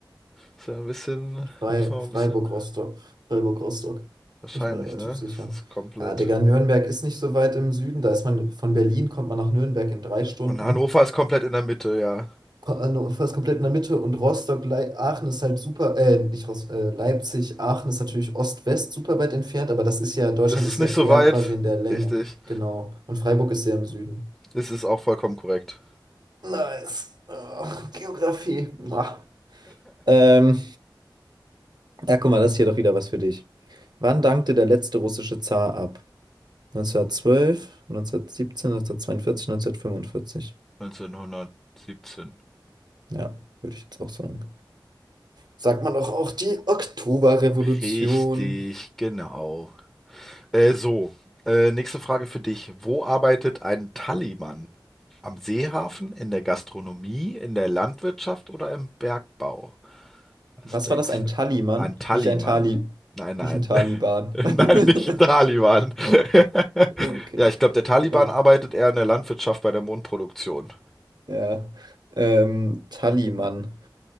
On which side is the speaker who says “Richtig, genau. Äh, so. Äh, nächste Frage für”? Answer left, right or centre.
Centre